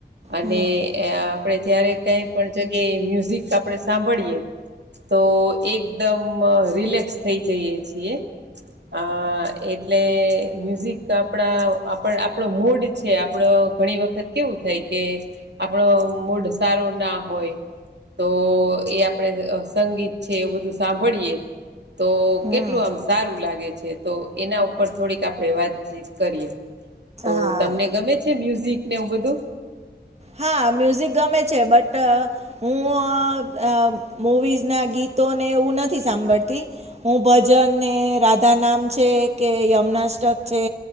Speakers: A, on the right; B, on the right.
A: અને
B: હમ
A: આપણે જયારે કઈ પણ જગ્યાએ મ્યુઝિક આપણે સાંભળીએ તો એકદમ રિલેક્સ થઈ જઈએ છીએ. અ એટલે મ્યુઝિક તો આપણા આપણો મૂડ છે આપણો ઘણી વખત કેવું થાય કે આપણો મોઢ સારો ના હોય તો એ આપણેે સંગીત છે એવું બધું સાંભળીએ તો
B: હમ
A: કેટલું આમ સારું લાગે છે. તો એના ઉપર થોડીક આપણે વાતચીત કરીએ તો
B: હા
A: તમને ગમે છે મ્યુઝિક ને એવું બધું
B: હા મ્યુઝિક ગમે છે બટ હું અ મુવીઝના ગીતોને એવું નથી સાંભળતી. હું ભજનને રાધા નામ છે કે યમુનાસ્ટ્ટક છે